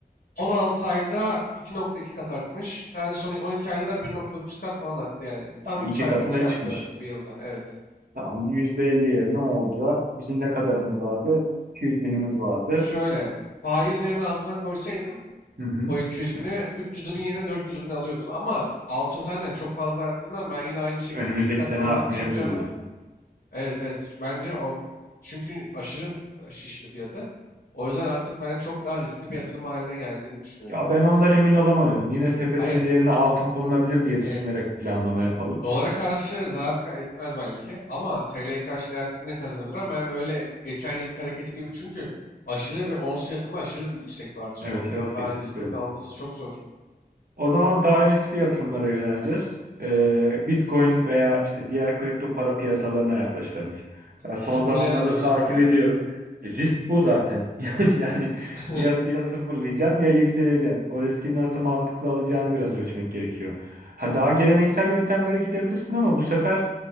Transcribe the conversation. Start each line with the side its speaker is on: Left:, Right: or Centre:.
Left: 16 ayda 2.2 kat artmış. Her son 12 ayda da 1.9 kat falan arttı yani. Tam
Right: yani
Left: 2
Right: iki
Left: çarpı
Right: katına
Left: 2 yaptı
Right: çıkmış.
Left: bir yılda evet.
Right: Tamam yüzde elliye ne olacak? Bizim ne kadarımız vardı? 200 binimiz vardı.
Left: Şöyle faizlerin altına koysaydın
Right: Hı hı.
Left: o 200 bini 300 bin yerine 400 bin alıyordun ama altın zaten çok fazla arttığından ben yine aynı şekilde
Right: Önümüzdeki
Left: 2 kat
Right: sene
Left: falan
Right: artmayabilir
Left: artış yapacağını
Right: diyorsun.
Left: Evet evet. Bence on çünkü aşırı e, şişti fiyatı. O yüzden artık bence çok daha riskli bir yatırım haline geldiğini düşünüyorum
Right: Ya ben
Left: ben
Right: ondan
Left: ya altını.
Right: emin olamıyorum. Yine sepetin
Left: Hayır.
Right: bir yerine altın konulabilir diye
Left: Evet.
Right: düşünerek planlama
Left: Evet.
Right: yapalım.
Left: Dolara karşı zarar ka- etmez belki ama TL'ye karşı değer yine kazanabilir ama ben öyle geçen yılki hareketi gibi çünkü aşırı bir ons fiyatında aşırı yüksek bir artış
Right: Evet
Left: oldu.
Right: evet
Left: Yani
Right: kesinlikle
Left: bence sınırda
Right: öyle.
Left: alması çok zor.
Right: O zaman daha riskli yatırımlara yöneleceğiz. Ee, Bitcoin veya işte diğer kripto para piyasalarına yaklaşılabilir. Ben son
Left: Sıfırlayalım
Right: zamanlarda
Left: diyorsun
Right: takip
Left: parayı
Right: ediyorum.
Left: abi.
Right: E, risk bu zaten. <laughs> Yani
Left: <laughs>
Right: ya, ya sıfırlayacaksın ya yükseleceksin. O riski nasıl mantıklı alacağını biraz ölçmek gerekiyor. Ha, daha geleneksel yöntemlere gidebilirsin ama bu sefer